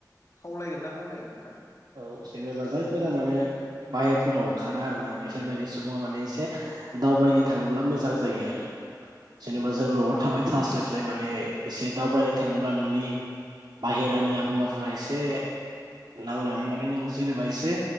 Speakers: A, on the left; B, on the right.
A: खावलायगोन ना खावलाया नोंथां?
B: औ जेनेबा जायफोरा माने बाहेरफोराव ओंखारा आरोना बिसोर बायदि सुबुङा माने इसे दावबायनो थाङोब्ला मोजां जायो आरो। जेनेबा
A: औ
B: जों न'आव थाबाय थास्लायस्लाय माने एसे
A: औ
B: दावबायनो थाङोब्ला नोंनि बाहेरानि आबहावाफोरा एसे नांनानै माने नों जेनेबा एसे